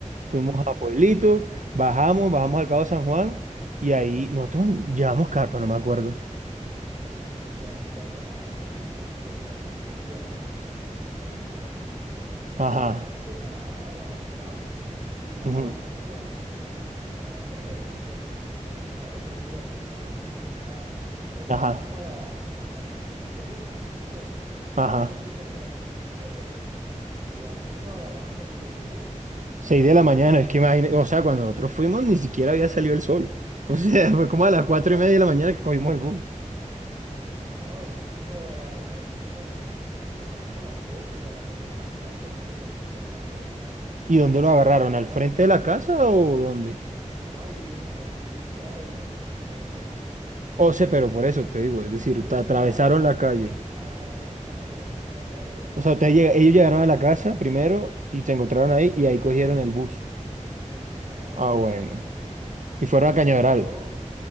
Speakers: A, on the right; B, on the right.
A: fuimos
B: ujú,
A: a Pueblito, bajamos, bajamos al Cabo San Juan y ahí nosotros llevamos carpa, no me acuerdo.
B: sí, sí, llevamos carpa, no, y nosotros tam- de esta vez también llevamos un- una, una carpa, No,
A: Ajá,
B: lo que pasa es que, ajá, no- nos alistamos y ya
A: ujú,
B: obviamente Anthony y este man ya sabían que, que íbamos a ir al otro día, pero que íbamos a ir temprano. Pero salimos
A: ajá,
B: como a las, como a las 7 de la mañana, 6. Tampoco
A: ajá.
B: fue muy temprano, pero igual sí nos agarramos el, el bus.
A: Seis
B: eh,
A: de la mañana, es que imagínate, o sea, cuando nosotros fuimos ni siquiera había salido
B: no,
A: el sol. <laughs> O
B: exacto,
A: sea, fue
B: no,
A: como a las
B: no,
A: cuatro
B: no, no.
A: y media de la mañana que cogimos el bus.
B: No, nosotros agarramos el bus como, sí, eran como las 7, o sea, to- ya estaba saliendo, ya, est- ya había sol, claro.
A: ¿Y dónde
B: O sea,
A: lo
B: no
A: agarraron?
B: sol esa,
A: ¿Al frente de la casa o dónde?
B: Ah, No, ahí, eh, ahí en toda la vía, hacia el parque.
A: O sea,
B: Ujú.
A: pero por eso te digo, es decir,
B: Sí,
A: te
B: enfrente
A: atravesaron
B: de la casa.
A: la calle.
B: Ajá, atravesaron la- atravesamos la calle, ajá,
A: O sea,
B: y
A: ustedes
B: nos encontramos
A: llega- ellos llegaron
B: todo.
A: a la casa primero y se encontraron
B: Ujú.
A: ahí y ahí cogieron el bus.
B: Sí, ajá,
A: Ah,
B: de ahí
A: bueno.
B: agarramos el bus.
A: Y fueron
B: Nos encontramos
A: a Cañaveral.
B: todo